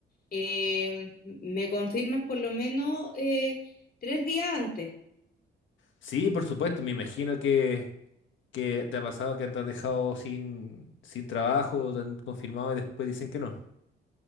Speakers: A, on the left; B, on the left.
A: eh, me confirmas por lo menos eh, tres días antes.
B: Sí, por supuesto, me imagino que, que te ha pasado que te has dejado sin, sin trabajo, te han confirmado y después dicen que no.